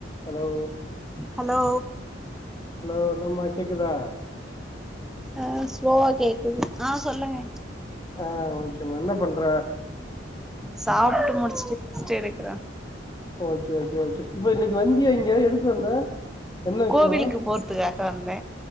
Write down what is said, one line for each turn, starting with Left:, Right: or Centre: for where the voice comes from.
Left: hello
Centre: hello
Left: hello இன்னாம்மா கேக்குதா
Centre: அ ஸ்லோவா கேக்குது அ சொல்லுங்க
Left: அ ஓகேம்மா என்ன பண்ற
Centre: சாப்ட்டு முடிச்சுட்டு ரெஸ்ட்டு எடுக்ற
Left: ஓகே ஓகே ஓகே இப்ப இன்னைக்கு வந்தியா இங்க எதுக்கு வந்த என்ன விஷயமா
Centre: கோவிலுக்கு போறதுக்காக வந்த